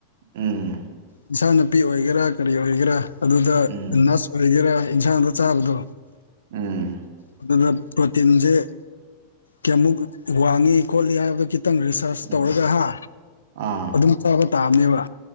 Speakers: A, on the right (about 55°); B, on the left (about 75°).
A: ꯎꯝ
B: ꯏꯟꯁꯥꯡ ꯅꯥꯄꯤ ꯑꯣꯏꯒꯦꯔꯥ ꯀꯔꯤ ꯑꯣꯏꯒꯦꯔꯥ ꯑꯗꯨꯗ
A: ꯎꯝ
B: ꯅꯁ ꯑꯣꯏꯒꯦꯔꯥ ꯏꯟꯁꯥꯡꯗ ꯆꯥꯕꯗꯣ
A: ꯎꯝ
B: ꯑꯗꯨ ꯄ꯭ꯔꯣꯇꯤꯟꯁꯦ ꯀꯃꯨꯛ ꯋꯥꯅꯤ ꯏꯈꯣꯂꯤꯌꯥ ꯍꯥꯏꯕ ꯈꯤꯇꯪ ꯔꯤꯁꯥꯔꯁ
A: ꯎꯝ
B: ꯇꯧꯔꯒ ꯍꯥ
A: ꯑꯥ
B: ꯑꯗꯨꯝ ꯆꯥꯕ ꯇꯥꯕꯅꯦꯕ